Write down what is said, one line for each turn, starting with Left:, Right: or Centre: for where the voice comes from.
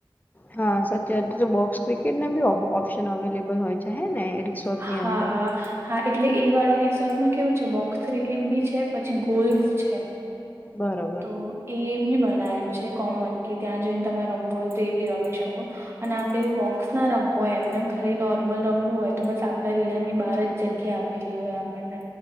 Left: હા સત્ય તો બોક્સ ક્રિકેટના બી અમ ઓપ્શન અવેલેબલ હોય છે, હે ને રિસોર્ટની
Right: હા
Left: અંદર.
Right: હા એટલે એ વાળા રિસોર્ટમાં કેવું છે બોક્સ ક્રિકેટ બી છે પછી ગોલ્ફ છે,
Left: બરોબર.
Right: તો એ બી બનાયેલું છે, કોમન કે ત્યાં જોઈને તમારે રમવું હોય તો એ બી રમી શકો. અને આપડે એવું બોક્સ ના રમવું હોય એમને એમ ખાલી નોર્મલ રમવું હોય. તો બસ આપણા વિલા ની બહાર જ જગ્યા આપેલી હોય આપણને.